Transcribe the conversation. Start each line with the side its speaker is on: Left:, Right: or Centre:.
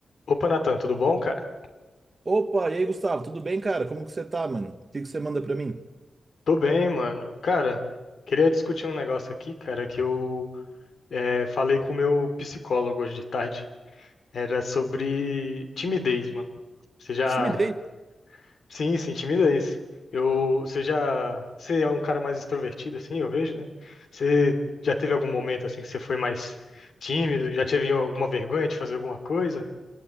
Left: Opa, Natan, tudo bom, cara?
Right: Opa, e aí, Gustavo, tudo bem, cara? Como que você tá, mano? O que que você manda pra mim?
Left: Tô bem, mano. Cara, queria discutir um negócio aqui, cara, que eu é, falei com o meu psicólogo hoje de tarde. Era sobre timidez, mano. Você já.
Right: Timidez.
Left: Sim, sim, timidez. Eu, você já. Você é um cara mais extrovertido, assim, eu vejo, né? Você já teve algum momento, assim, que você foi mais tímido? Já teve alguma vergonha de fazer alguma coisa?